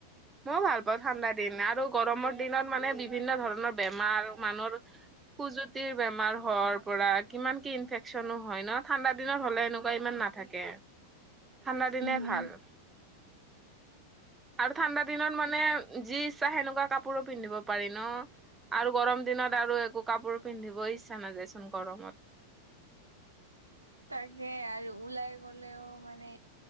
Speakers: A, on the right; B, on the right.
A: মই ভাল পাওঁ ঠাণ্ডা দিন আৰু গৰমৰ দিনত মানে বিভিন্ন ধৰণৰ বেমাৰ মানুহৰ খুজুতিৰ বেমাৰ হৰ পৰা কিমান, কি ইনফেকচনো হয় ন? ঠাণ্ডা দিনত হ'লে এনেকুৱা ইমান নাথাকে। ঠাণ্ডা দিনে
B: উম,
A: ভাল। আৰু ঠাণ্ডা দিনত মানে- যি ইচ্ছা সেনেকুৱা কাপোৰো পিন্ধিব পাৰি ন? আৰু গৰম দিনত আৰু একো কাপোৰ পিন্ধিবই ইচ্ছা নাযায়চোন গৰমত।
B: তাকে আৰু ওলাই গলেও মানে